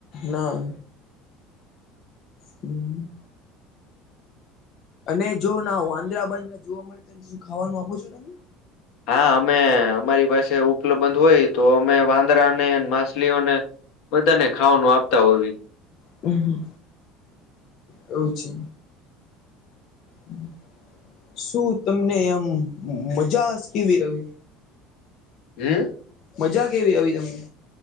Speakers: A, on the left (about 50°); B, on the left (about 65°).
A: ના. હમ. અને જો ના વાંદરા બાંદરા જોવા મળે તો એને શું ખાવાનું આપો છો તમે.
B: હા અમે અમારી પાસે ઉપલબ્ધ હોય તો અમે વાંદરાને માછલીઓને. બધાને ખાવાનું આપતા હોવી.
A: હમ હવ છે. હમ. શું તમને આમ મજા કેવી ર.
B: હ.
A: મજા કેવી આવી તમને.